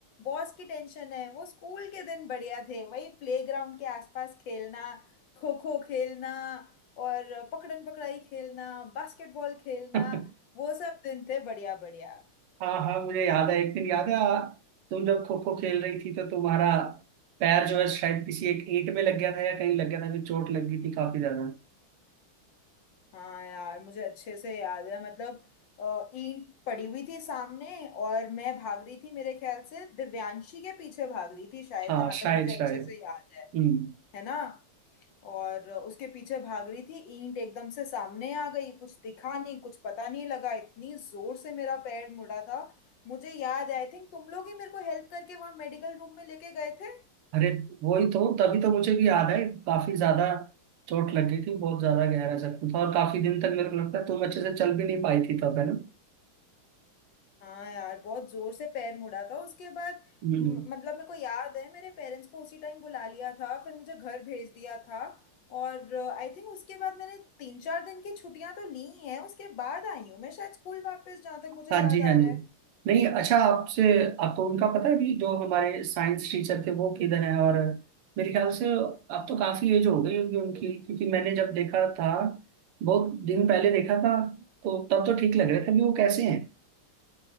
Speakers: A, on the left; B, on the right.
A: बॉस की टेंशन है वो स्कूल के दिन बढ़िया थे वही प्लेग्राउंड के आसपास खेलना खो खो खेलना और पकड़न पकड़ाई खेलना बास्केटबॉल खेलना
B: <laughs>
A: वो सब दिन थे बढ़िया बढ़िया
B: हाँ हाँ मुझे याद है एक दिन याद है आ, तुम जब खो खो खेल रही थी तो तुम्हारा पैर जो है शायद किसी एक ईंट में लग गया था या कहीं लग गया था फिर चोट लग गई थी काफी ज्यादा
A: हाँ यार मुझे अच्छे से याद है मतलब अ, ईंट पड़ी हुई थी सामने और मैं भाग रही थी मेरे ख्याल से दिव्यांशी के पीछे भाग रही थी शायद
B: हाँ
A: जहां
B: शायद
A: तक मुझे
B: शायद
A: अच्छे से याद है
B: हम्म
A: है ना और उसके पीछे भाग रही थी ईंट एकदम से सामने आ गई कुछ दिखा नहीं कुछ पता नहीं लगा इतनी जोर से मेरा पैर मुड़ा था मुझे याद है, आई थिंक तुम लोग ही मेरे को हेल्प करके वहां मेडिकल रूम में लेके गए थे
B: अरे वही तो तभी तो मुझे भी याद है काफी ज्यादा चोट लग गई थी बहुत ज्यादा गहरा जख्म था और काफी दिन तक मेरे को लगता है तुम अच्छे से चल भी नहीं पाई थी तब है ना
A: हाँ यार बहुत जोर से पैर मुड़ा था उसके बाद
B: हम्म
A: म- मतलब मेरे को याद है मेरे पेरेंट्स को उसी टाइम बुला लिया था फिर मुझे घर भेज दिया था और आई थिंक उसके बाद मैंने तीन चार दिन की छुट्टियां तो ली ही हैं उसके बाद आई हूँ मैं शायद स्कूल वापस जहाँ तक मुझे
B: हाँ
A: याद
B: जी
A: आ
B: हाँ
A: रहा
B: जी
A: है
B: नहीं अच्छा आपसे आपको उनका पता है भी जो हमारे साइंस टीचर थे वो किधर हैं और मेरे ख्याल से अब तो काफी एज हो गई होगी उनकी क्योंकि मैंने जब देखा था बहुत दिन पहले देखा था तो तब तो ठीक लग रहे थे भी वो कैसे हैं